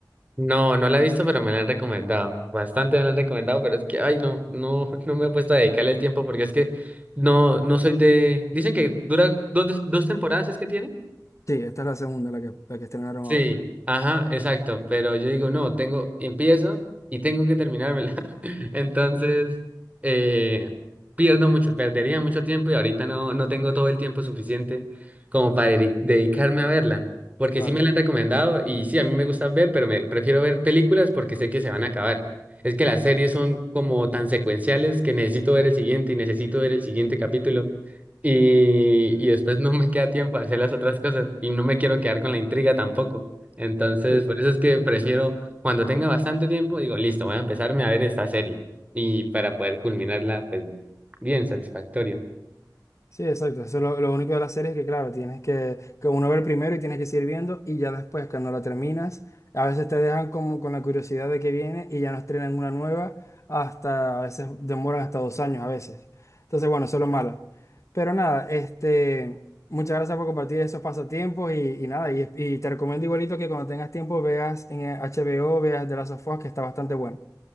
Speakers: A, on the right; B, on the left.
A: No, no la he visto, pero me la han recomendado. Bastante me la han recomendado, pero es que, ay, no, no, <laughs> no me he puesto a dedicarle el tiempo porque es que no, no soy de... Dicen que dura dos, dos temporadas, ¿es que tiene?
B: Sí, esta es la segunda, la que, la que estrenaron
A: Sí,
B: ahora.
A: ajá, exacto, pero yo digo, no, tengo, empiezo y tengo que terminármela. <laughs> Entonces, eh, pierdo mucho, perdería mucho tiempo y ahorita no, no tengo todo el tiempo suficiente como para dedi- dedicarme a verla, porque
B: Claro.
A: sí me la han recomendado y sí, a mí me gusta ver, pero me prefiero ver películas porque sé que se van a acabar. Es que las series son como tan secuenciales que necesito ver el siguiente y necesito ver el siguiente capítulo y, y después no me queda tiempo a hacer las otras cosas y no me quiero quedar con la intriga tampoco. Entonces,
B: sí
A: por eso es que prefiero, cuando tenga bastante tiempo, digo, listo, voy a empezarme a ver esta serie y para poder culminarla, pues, bien satisfactorio.
B: Sí, exacto. Eso es lo, lo único de la serie es que, claro, tienes que, que uno ver primero y tienes que seguir viendo y ya después, cuando la terminas, a veces te dejan como con la curiosidad de que viene y ya no estrenan una nueva hasta, a veces demoran hasta dos años a veces. Entonces, bueno, eso es lo malo. Pero nada, este, muchas gracias por compartir esos pasatiempos y, y nada, y, y te recomiendo igualito que cuando tengas tiempo veas en HBO, veas The Last of Us, que está bastante bueno.